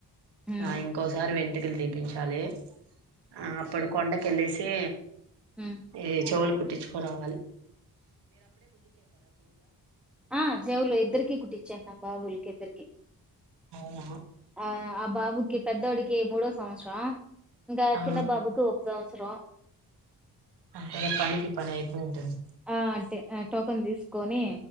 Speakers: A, in the centre; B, on the right.
A: ఉమ్
B: ఆ, ఇంకోసారి వెంట్రుకలు తీపించాలి. ఆ, అప్పుడు కొండక్ కెళ్ళేసి
A: హ్మ్
B: ఏ, చెవులు కుట్టిచ్చుకొరావాలి.
A: ఆ, చెవులు ఇద్దరుకి కుటిచ్చా, మా బాబోలకి. ద్దరికి
B: అవునా,
A: ఆ, ఆ బాబుకి పెద్దోడిక్ కే మూడో సంవత్సరం, ఆ ఇంకా,
B: ఆ
A: చిన్న బాబుకు ఒక సంవ్ త్సరం
B: అంతలే పనికి పని అయిపో ఉంటది
A: ఆ అట్టే ఆ టోకన్ తీసుకొని